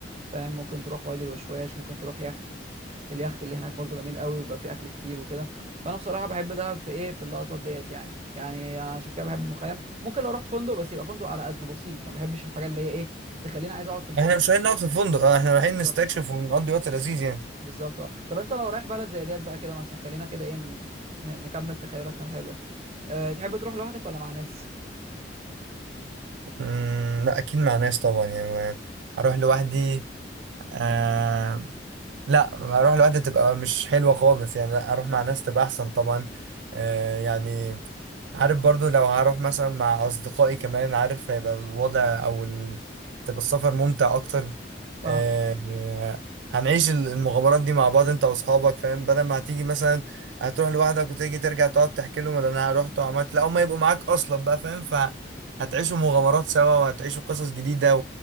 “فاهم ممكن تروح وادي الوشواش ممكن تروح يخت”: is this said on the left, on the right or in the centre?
Right